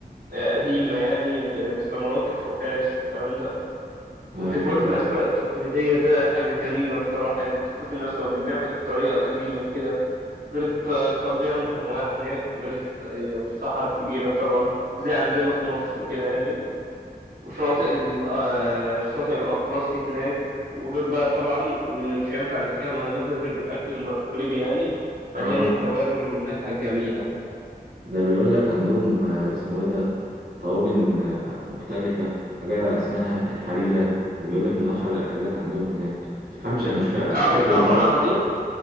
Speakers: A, on the right; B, on the right.
A: آه، قديمة يعني م- مثل مراكش وفارس والكلام ده
B: ايوه
A: والتجوال في الأسواق
B: اه
A: التقليدية ده حاجة جميلة بصراحة يعني أنت تشوف الناس وهو بيبيع بالطريقة القديمة كده غير الط- الطبيعة المتنوعة هناك وغير الص- يعني والصحراء الكبيرة طبعا زي عندنا في مصر كده يعني وشاطئ ال- آه، الشاطئ الأطلسي هناك وغير بقى طبعا من مش هينفع نتكلم عن المغرب غير الأكل المغربي يعني مليان
B: اه
A: التوابل والنكهة الجميلة كده
B: ده بيقول لك عندهم آه، اسمه ايه ده طواجن آه، مختلفة حاجة اسمها الحريرة اللي بيقول لك من أشهر الأكلات عندهم هناك تفهمش مش فاكر
A: متعرفش
B: مش فاكر
A: عبارة
B: بصراحة
A: عن إيه؟